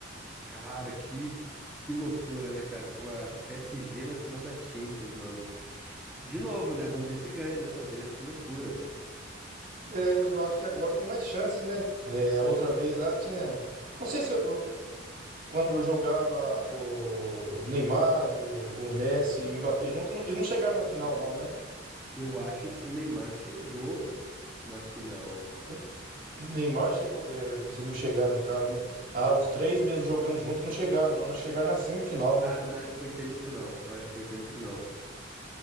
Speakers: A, in the centre; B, on the right.
A: Cara, que, que loucura, né, cara? Pô, a- o PSG na final da Champions, mano. De novo, né? Vamos ver se ganha dessa vez. Que loucura.
B: É, mas eu acho que agora tem mais chances, né? É, outra vez lá tinha. Não sei se. quando jogava o Neymar, o, o Messi e o Mbappé junto, não- eles não chegaram na final, não, né?
A: Eu acho que o Neymar chegou na final.
B: O o Neymar chegou, é, conseguiu chegar, no caso, né? Ah, os três mesmo jogando junto não chegaram, não. Nós chegaram na semifinal, né?
A: Ah, não, acho que foi semifinal. Eu acho que foi semifinal.